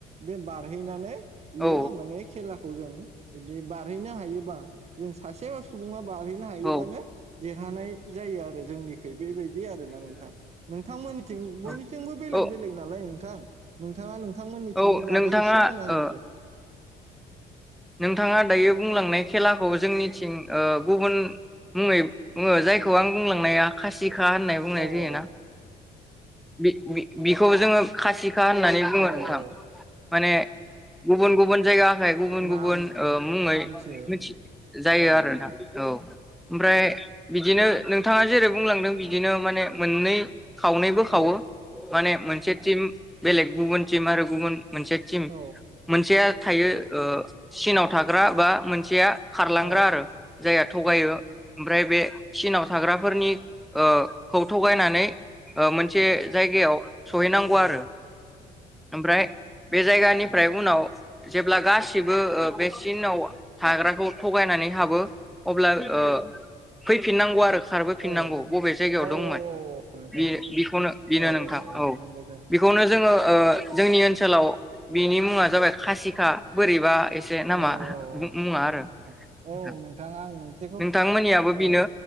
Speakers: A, on the right; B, in the centre.
A: बे बार हैनानै बियो
B: औ
A: माने खेलाखौ जों बिदि बार हैनो हायोबा जों सासे सुबुङा बारहैनो हायोबानो
B: औ
A: देरहानाय जायो आरो जोंनिखै बेबायदि आरोना नोंथां। नोंथांमोननिथिं
B: औ
A: बयनिथिंबो बेलेग
B: औ
A: बेलेग नालाय नों थां नोंथाङा नों थांमोननि
B: औ
A: थिंनि
B: नोंथाङा
A: बागै एसे बुंना होदो
B: ओ
A: दे।
B: नोंथाङा दायो बुंलांनाय खेलाखौ जोंनिथिं ओ गुबुन मुङै बुङो जायखौ आं बुंलांनाया खासि सिखा होननाय बुंनाय
A: औ
B: जायोना?
A: औ
B: बि-बि-बिखौ जोङो खासि खा होननानै बुङो
A: औ
B: नोंथां
A: औ औ
B: माने गुबन गुबुन जायगा खाय गुबुन
A: नाम
B: गुबुन गुबुन ओ मुङै
A: मिथियो
B: मिथि जायो
A: औ
B: आरोना औ। ओमफ्राय बिदिनो नोंथाङा जेरै बुंलांदों बिदिनो माने मोननै खावनै बोखावो
A: औ
B: माने मोन से टिम बेलेग गुबुन टिम आरो गुबुन मोनसे टिम
A: औ
B: मोनसेया थायो ओ चिनाव थाग्रा बा मोनसेया खारलांग्रा
A: औ
B: आरो जाया थगायो ओमफ्राय बे सिनाव थाग्राफोरनि ओ खौ थगायनानै मोनसे ओ जायगायाव सहैनांगौ
A: औ
B: आरो ओमफ्राय बे जायगानिफ्राय उनाव जेब्ला गासिबो ओ बे सिनाव थाग्राखौ थगायनानै हाबो अब्ला ओ फैफिननांगौ आरो खारबो
A: औ
B: फिनांगौ बबे जायगायाव
A: औ
B: दंमोन
A: नोंथां
B: बि बिखौनो बेनो
A: औ
B: नोंथां औ
A: नंगौ दे
B: बेखौनो जोङो ओ जोंनि ओनसोलाव बिनि मुङा जाबाय खासिखा बोरैबा एसे नामा
A: औ औ
B: मुङा
A: औ औ
B: आरो
A: औ औ औ औ औ
B: नोंथां
A: औ नोंथाङा आं मोनसेखौ
B: नोंथांमोननियाबो बेनो
A: औ औ